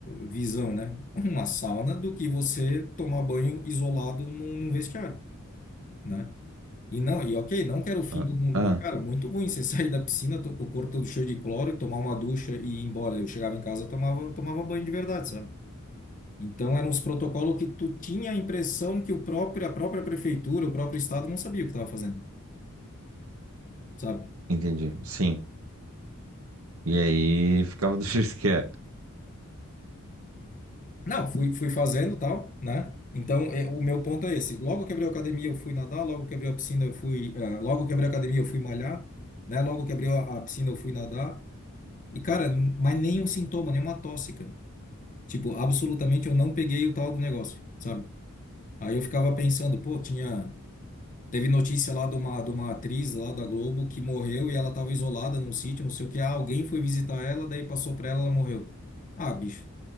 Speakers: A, on the left (about 40°); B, on the right (about 70°).
A: visão, né? <laughs> Uma sauna do que você tomar banho isolado num, num vestiário, né? E não, e ok, não quero o fim
B: Ah,
A: do mundo,
B: ah,
A: mas cara, muito ruim você <laughs> sair da piscina, to- o corpo todo cheio de cloro, tomar uma ducha e ir embora. Eu chegava em casa, tomava, tomava banho de verdade, sabe? Então eram os protocolos que tu tinha a impressão que o próprio, a própria prefeitura, o próprio estado não sabia o que estava fazendo, sabe?
B: entendi. Sim. E aí ficava do <laughs> jeito que é.
A: Não, fui, fui fazendo tal, né? Então, é, o meu ponto é esse. Logo quebrei a academia, eu fui nadar. Logo quebrei a piscina, eu fui. ah, logo quebrei a academia, eu fui malhar, né? Logo quebrei a, a piscina, eu fui nadar. E, cara, n- mas nenhum sintoma, nenhuma tosse, cara. Tipo, absolutamente eu não peguei o tal do negócio, sabe? Aí eu ficava pensando, pô, tinha. Teve notícia lá de uma, de uma atriz lá da Globo que morreu e ela tava isolada num sítio, não sei o que. Ah, alguém foi visitar ela, daí passou pra ela, ela morreu. Ah, bicho,